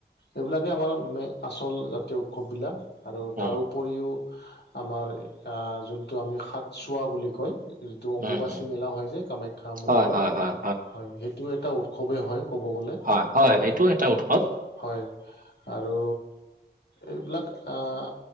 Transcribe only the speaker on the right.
উম,
উম, উম,
হয়, হয়, হয়,
অ', হয়। সেইটো এটা উৎসৱ।